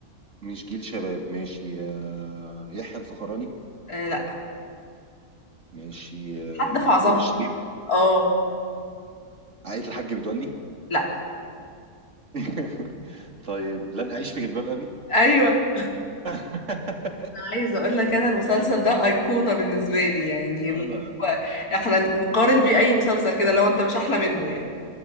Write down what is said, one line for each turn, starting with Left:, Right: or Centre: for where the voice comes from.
Right: مش جيل شباب ماشي آه، يحيى الفخراني
Left: آه لا
Right: ماشي آه،
Left: حد في عظمته
Right: نور الشريف
Left: كده اه
Right: عائلة الحاج متولي
Left: لا
Right: <laughs> طيب لن أعيش في جلباب أبي
Left: ايوه
Right: <laughs>
Left: عايزه اقول لك انا المسلسل ده ايقونه بالنسبه لي يعني اللي
Right: انا
Left: هو احنا نقارن بيه اي مسلسل كده لو انت مش احلى منه يعني